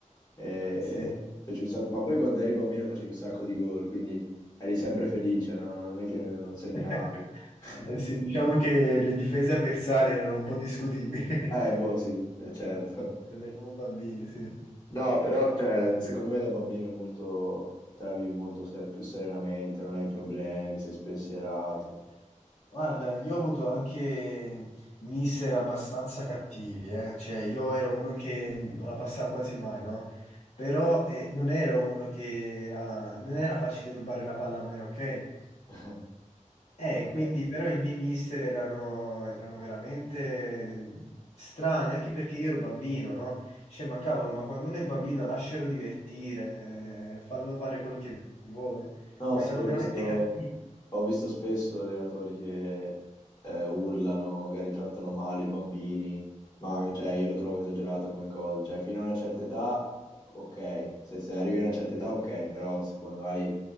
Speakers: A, on the left; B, on the left.
A: E
B: sì.
A: feci un sacco- Ma poi quando eri bambino facevi un sacco di gol, quindi eri sempre felice, no? Non è che non segnavi.
B: <laughs>
A: <laughs>
B: Eh sì, diciamo che le difese avversarie erano un po' discutibili. <laughs>
A: Eh, boh, sì, eh, certo.
B: Quando eravamo bambini, sì.
A: No, però cioè, secondo me da bambino è molto, te la vivi molto se- più serenamente, non hai problemi, sei spensierato.
B: Sì. Guarda, io ho avuto anche mister abbastanza cattivi, eh. Cioè, io ero uno che non la passava quasi mai, no? Però eh, non ero uno che era... non era facile rubare la palla a me, ok?
A: <laughs>
B: Eh,
A: Ok.
B: quindi però i miei mister erano, erano veramente mm, strani, anche perché io ero bambino, no? Cioè, ma cavolo, ma quando uno è bambino lascialo divertire, eh, fallo fare quello che vuole.
A: No,
B: Ma
A: sì,
B: erano
A: ho
B: veramente
A: visto,
B: cattivi.
A: ho visto spesso allenatori che eh, urlano, magari trattano male i bambini, ma cioè, io lo trovo esagerato come cosa. Cioè, fino a una certa età, ok, se, se arrivi a una certa età, ok, però se quando hai